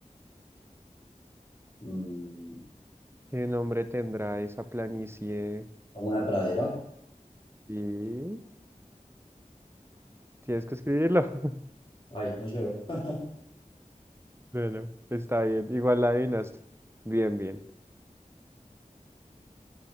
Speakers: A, on the left; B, on the right.
A: Mm,
B: ¿Qué nombre tendrá esa planicie?
A: como una pradera.
B: Y tienes que escribirlo. <laughs>
A: Ay, no llego. <laughs>
B: Bueno, está bien, igual la adivinaste. Bien, bien,